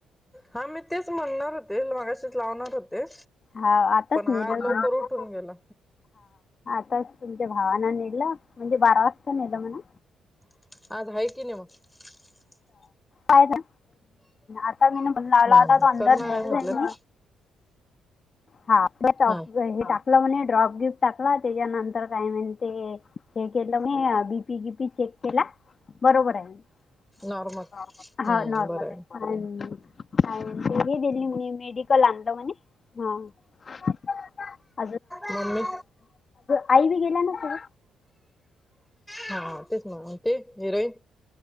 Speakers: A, in the centre; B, on the left.
A: हा मी तेच म्हणणार होते मागाशीच लावणार होते.
B: हा आताच
A: पण
B: नेलं
A: आज
B: होत
A: लवकर उठून गेला.
B: आता तुमच्या भावाना नेलं. म्हणजे बारा वाजता नेलं म्हने.
A: <unintelligible>
B: फायदा आता मी नंबर लावला
A: हम्म
B: होता तो अंदर
A: करणार
B: न्यायचं
A: आहे म्हटलं
B: म्हणी.
A: ना
B: हा हे
A: हा
B: दाखलवणे ड्रॉ <unintelligible> गिफ्ट टाकला त्याच्यानंतर काय म्हणे ते हे केलं म बीपी गीपी चेक केला. बरोबर आहे
A: नॉर्मल हम्म
B: हा नॉर्मल
A: बरं
B: आहे. ते दिली म्ह मेडिकल आणल म्हने. <unintelligible>
A: मम्मी
B: आई बी गेल्या ना तो.
A: हा तेच मग ते हिरोईन.